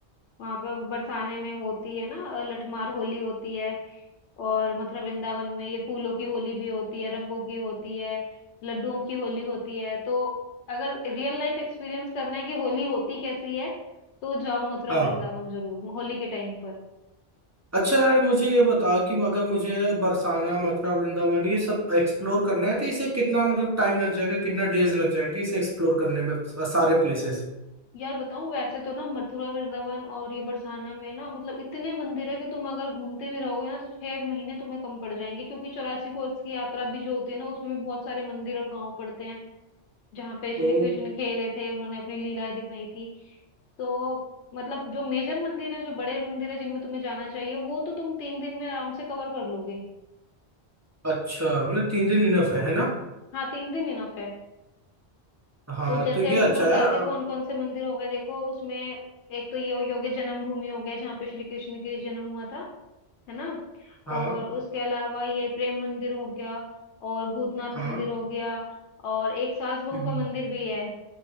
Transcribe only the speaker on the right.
हाँ
अच्छा यार मुझे ये बता कि अगर मुझे बरसाना मथुरा वृंदावन ये सब एक्सप्लोर करना है तो इसे कितना मतलब टाइम लग जाएगा कितना डेज लग जाएंगे इसे एक्सप्लोर करने में सारे प्लेसेस
ओ
अच्छा मतलब तीन दिन इनफ है है ना
हाँ
तो ये
अच्छा
यार अ,
हाँ
हाँ
हम्म।